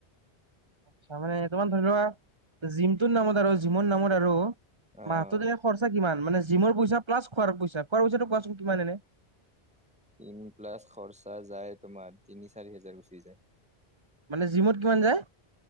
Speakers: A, on the right (about 25°); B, in the centre.
A: আচছা মানে তোমাৰ ধৰি লোৱা জিমটোৰ নামত আৰু জিমৰ নামত আৰু
B: অ'।
A: মাহটো তেনে খৰচা কিমান মানে জিম পইা প্লাছ খোৱাৰ পইা খোৱাৰ পইছা কোৱাচোন কিমান এনে
B: তিন প্লাছ খৰচা যায় তোমাৰ তিনি চাৰি হোজাৰ গুচি যায়
A: মানে জিমত কিমান যায়